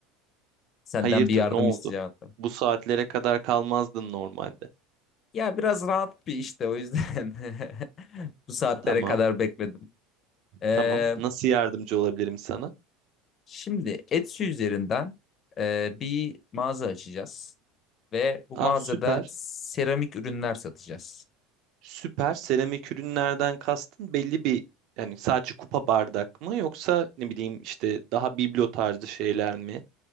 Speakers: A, on the left (about 30°); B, on the right (about 50°).
A: Senden
B: Hayırdır,
A: bir yardım
B: ne oldu?
A: isteyeceğim hatta.
B: Bu saatlere kadar kalmazdın normalde.
A: Ya biraz rahat bir işte o yüzden <laughs> bu saatlere
B: Tamam,
A: kadar bekledim. Ee,
B: tamam. Nasıl yardımcı olabilirim sana?
A: şimdi Etsy üzerinden e, bir mağaza açacağız ve bu
B: Aa
A: mağazada
B: süper.
A: seramik ürünler satacağız.
B: Süper. Seramik ürünlerden kastın belli bir yani sadece kupa bardak mı yoksa ne bileyim işte daha biblo tarzı şeyler mi?